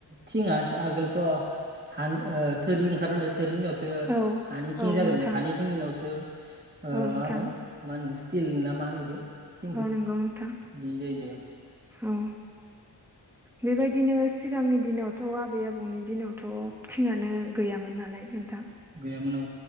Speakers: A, on the right (about 25°); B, in the centre.
A: थिङास आगोलथ' हानि थोरि ओंखारग्रोदो थोरिनि उनावसो
B: औ
A: हानि थिं
B: औ
A: जाग्रोदो
B: नोंथां
A: हानि थिंनि उनावसो मा
B: औ नोंथां
A: होनो मा होनो स्टिल ना मा होन इखो थिंखो
B: औ नंगौ नोंथां
A: बिदि जाहैदों
B: औ बेबायदिनो सिगांनि दिनावथ' आबै आबौनि दिनावथ' थिंङानो गैयामोन नालाय नोंथां
A: गैयामोन औ